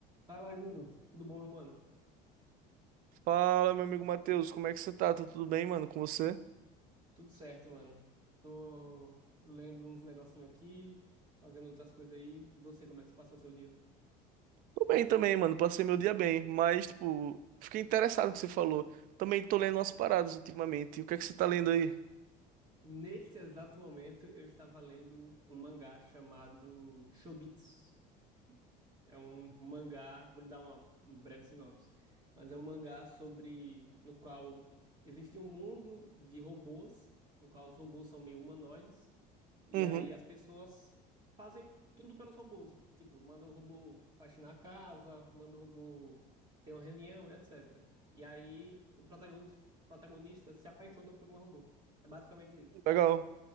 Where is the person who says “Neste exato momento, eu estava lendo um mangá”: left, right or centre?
Right